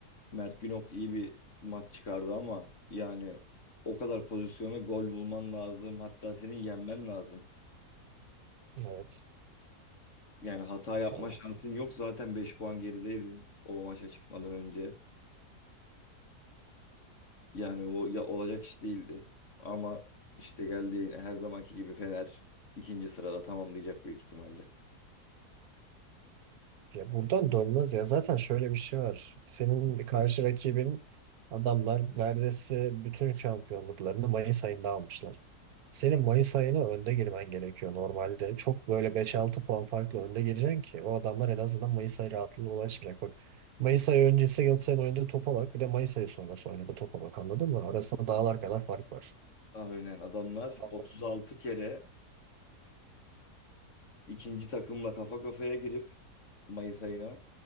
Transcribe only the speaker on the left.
Mert Günok iyi bir maç çıkardı ama yani o kadar pozisyonu gol bulman lazım. Hatta senin yenmen lazım.
Yani hata yapma
şansın yok. Zaten 5 puan gerideydin o maça çıkmadan önce. Yani o ya olacak iş değildi. Ama işte geldi yine her zamanki gibi Fener ikinci sırada tamamlayacak büyük ihtimalle.
Aynen adamlar
36 kere ikinci takımla kafa kafaya girip Mayıs ayına